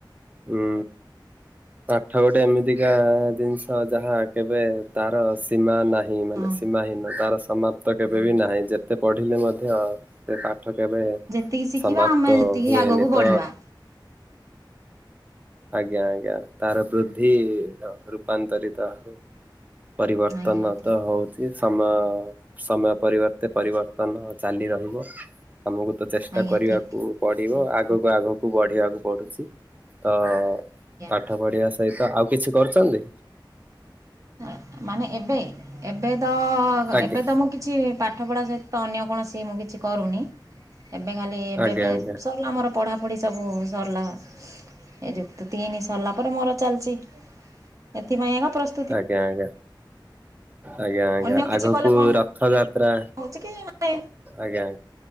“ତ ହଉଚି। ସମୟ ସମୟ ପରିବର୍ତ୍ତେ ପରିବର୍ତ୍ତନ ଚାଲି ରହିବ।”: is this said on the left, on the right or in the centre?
Right